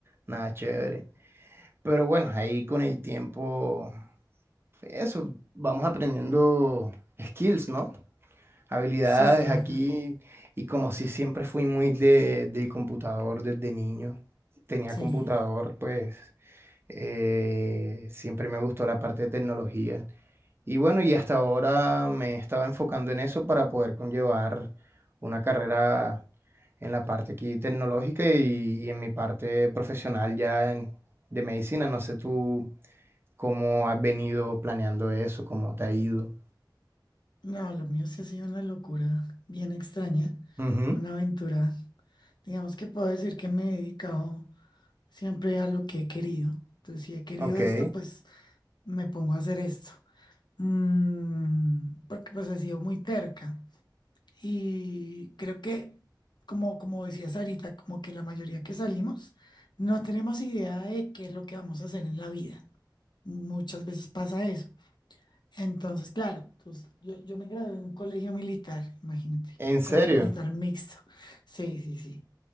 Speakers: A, on the right; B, on the left.
A: nada chévere. Pero bueno, ahí con el tiempo, eso, vamos aprendiendo skills, ¿no? Habilidades
B: Sí, claro.
A: aquí. Y como si siempre fui muy de, del computador desde niño, tenía
B: Sí.
A: computador, pues eh, siempre me gustó la parte de tecnología. Y bueno, y hasta ahora me estaba enfocando en eso para poder conllevar una carrera en la parte aquí tecnológica y, y en mi parte profesional ya en- de medicina. No sé tú cómo has venido planeando eso, cómo te ha ido.
B: No, lo mío sí ha sido una locura bien extraña,
A: Ujú,
B: una aventura. Digamos que puedo decir que me he dedicado. Siempre hay algo que he querido. Entonces, si he querido
A: Ok.
B: esto, pues me pongo a hacer esto. Mm, porque pues he sido muy terca. Y creo que, como, como decías ahorita, como que la mayoría que salimos no tenemos idea de qué es lo que vamos a hacer en la vida. Muchas veces pasa eso. Entonces, claro, pues, yo, yo me gradué en un colegio militar, imagínate,
A: ¿En serio?
B: colegio militar mixto. Sí, sí, sí.